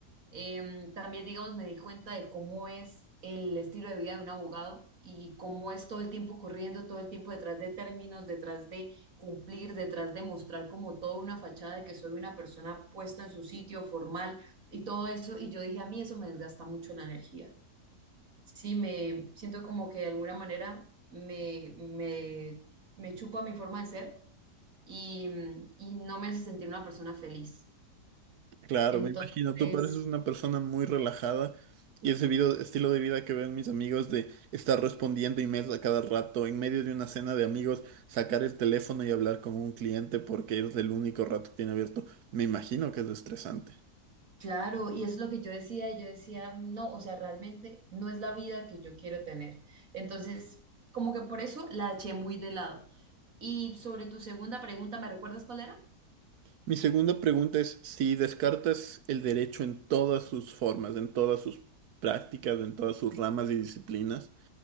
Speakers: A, on the right; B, on the right.
A: Em, también, digamos, me di cuenta de cómo es el estilo de vida de un abogado y cómo es todo el tiempo corriendo, todo el tiempo detrás de términos, detrás de cumplir, detrás de mostrar como toda una fachada de que soy una persona puesta en su sitio formal y todo eso. Y yo dije, a mí eso me desgasta mucho la energía. Sí, me siento como que de alguna manera me, me, me chupa mi forma de ser y, y no me hace sentir una persona feliz.
B: Claro,
A: Entonces...
B: me imagino, tú pareces una persona muy relajada y ese video- estilo de vida que ven mis amigos de estar respondiendo emails a cada rato, en medio de una cena de amigos, sacar el teléfono y hablar con un cliente porque es el único rato que tiene abierto, me imagino que es estresante.
A: Claro, y eso es lo que yo decía, y yo decía, no, o sea, realmente no es la vida que yo quiero tener. Entonces, como que por eso la eché muy de lado. Y sobre tu segunda pregunta, ¿me recuerdas cuál era?
B: Mi segunda pregunta es si descartas el derecho en todas sus formas, en todas sus prácticas, en todas sus ramas y disciplinas,